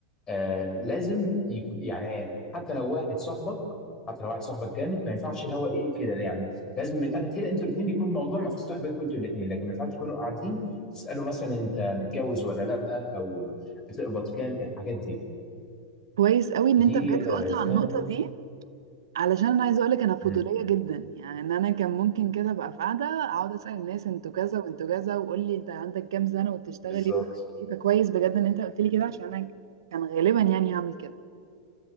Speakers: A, on the left; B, on the right.
A: آه لازم يك... يعني حتى لو واحد صاحبك حتى لو واحد صاحبك جامد ما ينفعش اللي هو ايه كده يعني لازم من الاخر كده انتوا الاثنين يكون الموضوع مفتوح بينكم انتوا الاثنين لكن ما ينفعش تكونوا قاعدين تسالوا مثلا انت متجوز ولا لا او بتقبض كام الحاجات دي
B: كويس قوي ان
A: دي
B: انت بجد <laughs>
A: آه
B: قلت
A: تاني
B: على النقطه دي علشان انا عايزه اقولك انا فضوليه
A: مم.
B: جدا يعني ان انا كان ممكن كده ابقى في قاعده اقعد اسال الناس انتوا كذا وانتوا كذا وقول لي انت عندك كام سنه وبتشتغل
A: بالظبط
B: ايه وبتعمل ايه فكويس بجد ان انت قلت لي كده عشان انا كان غالبا يعني هعمل كده